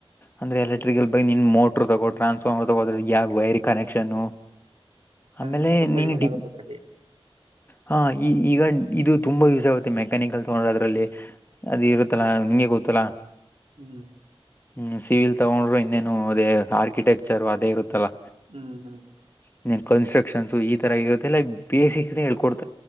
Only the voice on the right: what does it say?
ಅಂದ್ರೆ ತುಂಬಾ
ಯೂಸ್
ಆಗುತ್ತೆ ಅದ್ರಲ್ಲಿ
ಹ್ಮ್
ಹ್ಮ್ ಹ್ಮ್